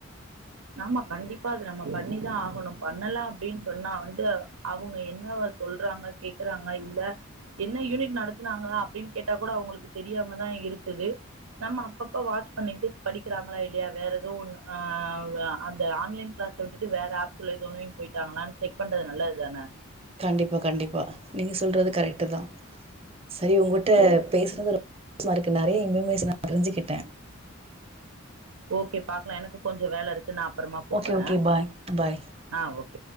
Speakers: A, on the right; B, on the right.
A: நாம கண்டிப்பா அது நம்ப பண்ணிதா ஆகணு பண்ணல அப்டின் சொன்னா வந்து அவுங்க என்னவ சொல்றாங்க கேக்குறாங்க இல்ல என்ன யூனிட் நடத்துனாங்களா அப்டின் கேட்டா கூட அவுங்களுக்கு தெரியாமதா இருக்குது நம்ம அப்பப்ப வாட்ச் பண்ணிட்டு படிக்கிறாங்களா இல்லையா வேற எதுவு ஒன்னு ஆஹ் வ அந்த ஆன்லைன் கிளாஸ விட்டுட்டு வேற ஆப்குள்ள எத ஒனுலயு போய்ட்டாங்களான் செக் பண்றது நல்லது தான
B: கண்டிப்பா கண்டிப்பா நீங்க சொல்றது கரெக்ட்டு தா சரி உங்கட்ட
A: ஓ
B: பேசுனது மாருக்கு நறைய இன்பமேஷன தெரிஞ்சுகிட்ட
A: ஓகே பாக்லா எனக் கொஞ்ச வேல இருக் து நா அப்பறமா கூப்புறே
B: ஓகே, ஓகே. பாய். பாய்.
A: ஆ ஓ